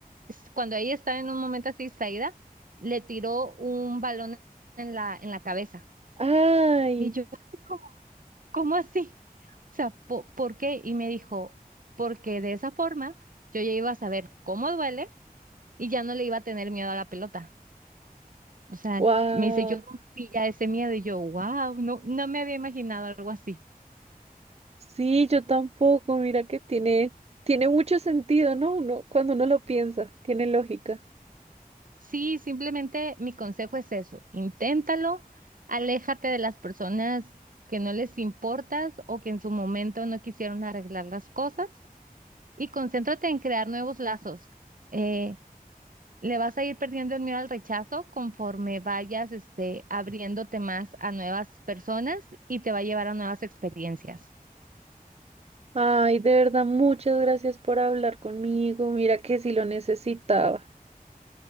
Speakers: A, on the right (about 60°); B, on the right (about 45°).
A: es- cuando ella estaba en un momento así distraída, le tiró un balón en la, en la cabeza.
B: Ay,
A: Y yo, <laughs> ¿cómo, cómo así? O sea, "Po- ¿por qué? Y me dijo, porque de esa forma yo ya iba a saber cómo duele y ya no le iba a tener miedo a la pelota. O sea,
B: wow.
A: me dice, yo rompí ya ese miedo y yo, wow, no, no me había imaginado algo así.
B: Sí, yo tampoco. Mira que tiene, tiene mucho sentido, ¿no? Uno, cuando uno lo piensa, tiene lógica.
A: Sí, simplemente mi consejo es eso, inténtalo, aléjate de las personas que no les importas o que en su momento no quisieron arreglar las cosas y concéntrate en crear nuevos lazos. Eh, le vas a ir perdiendo el miedo al rechazo conforme vayas, este, abriéndote más a nuevas personas y te va a llevar a nuevas experiencias.
B: Ay, de verdad, muchas gracias por hablar conmigo. Mira que sí lo necesitaba.